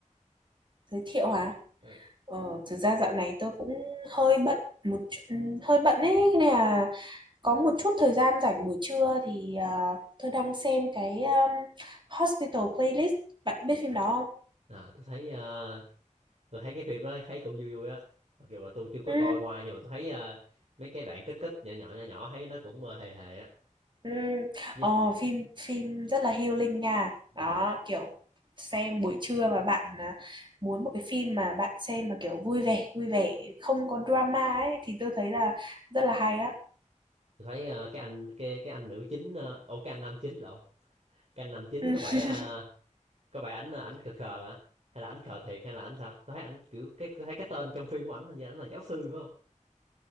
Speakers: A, on the right; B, on the right.
A: Giới thiệu hả?
B: Ừ.
A: Ờ, thực ra dạo này tôi cũng hơi bận một chu- hơi bận ấy, thế nên là có một chút thời gian rảnh buổi trưa thì ờ, tôi đang xem cái um, Hospital Playlist. Bạn biết phim đó không?
B: À, tôi thấy à, tôi thấy cái phim đó thấy cũng vui vui á. Mặc dù là tôi chưa có
A: Ừ.
B: coi qua nhưng mà tôi thấy à, mấy cái đoạn kích kích nhỏ nhỏ nhỏ nhỏ thấy nó cũng à, hề hề á.
A: Ừ.
B: Gì?
A: Ờ, phim phim rất là healing nha đó
B: Ừ.
A: kiểu xem buổi trưa mà bạn à, muốn một cái phim mà bạn xem mà kiểu vui vẻ vui vẻ không có drama ấy thì tôi thấy là rất là hay á
B: Tôi thấy à, cái anh cái cái anh nữ chính uh, ô cái anh nam chính lộn. Cái anh nam chính
A: Ừ.
B: có
A: <laughs>
B: vẻ à, có vẻ ảnh à, ảnh khờ khờ hả hay là ảnh khờ thiệt hay là ảnh sao tôi thấy ảnh kiểu cái tôi thấy cái tên trong phim của ảnh hình như ảnh là giáo sư phải không